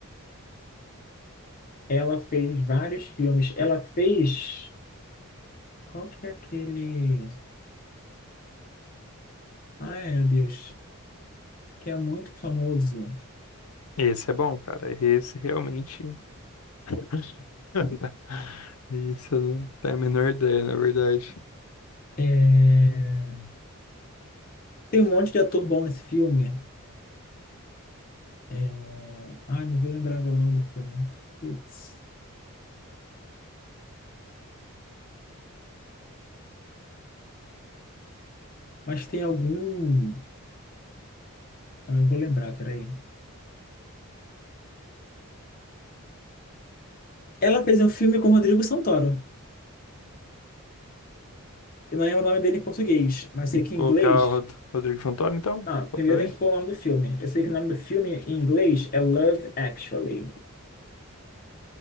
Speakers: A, on the left (about 40°); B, on the left (about 80°).
A: Ela fez vários filmes. Ela fez. Qual que é aquele. Ai, meu Deus. Que é muito famoso.
B: Esse é bom, cara. Esse realmente. <laughs> Isso, eu não tenho a menor ideia, na verdade.
A: É,
B: Hum.
A: Tem um monte de ator bom nesse filme. É... Ai, não vou lembrar agora o nome do filme. né? Putz. Mas tem algum. Ah, Eu vou lembrar, peraí. Ela fez um filme com Rodrigo Santoro. Eu não lembro o nome dele em português, mas sei que
B: Colocar
A: em inglês.
B: o Rod- Rodrigo Santoro, então?
A: Ah,
B: Só
A: primeiro
B: pra ver.
A: tem que pôr o nome do filme. Eu sei que o nome do filme em inglês é Love Actually.